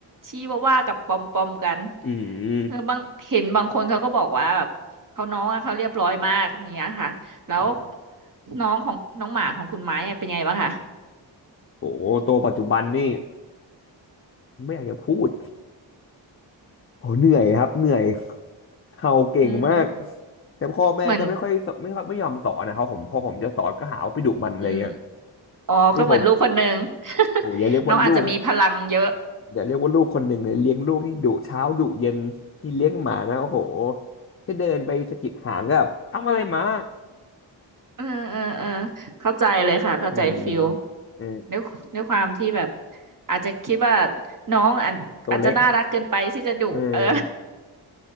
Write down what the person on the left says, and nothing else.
อืม
อืม
โอ้โหตัวปัจจุบันนี่ไม่อยากจะพูดโอ้เหนื่อยครับเหนื่อย เห่าเก่งมาก
แต่พ่อแม่ก็ไม่ค่อยสไม่ค่อยไม่ยอมสอนนะครับผมพอผมจะสอนก็หาว่าไปดุมันอะไรเงี้ย
คือผมโอ้ยอย่าเรียกว่าลูกนะ
อย่าเรียกว่าลูกคนหนึ่งเลยเลี้ยงลูกนี่ดุเช้าดุเย็นที่เลี้ยงหมานะโอ้โหแค่เดินไปสะกิดหางก็แบบทำอะไรหมา
อืมเออ
ตัวเล็กเออ